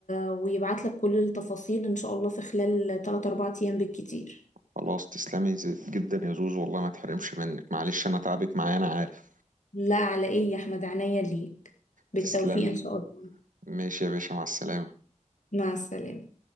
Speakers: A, on the left; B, on the right.
A: ويبعت لك كل التفاصيل ان شاء الله في خلال 3 4 ايام بالكتير
B: خلاص تسلمي ز- جدا يا زوزو والله ما تحرمش منك معلش انا تعبك معايا انا عارف
A: لا على ايه يا احمد عينيا ليك بالتوفيق
B: تسلمي
A: ان شاء الله
B: ماشي يا باشا مع السلامة
A: مع السلامة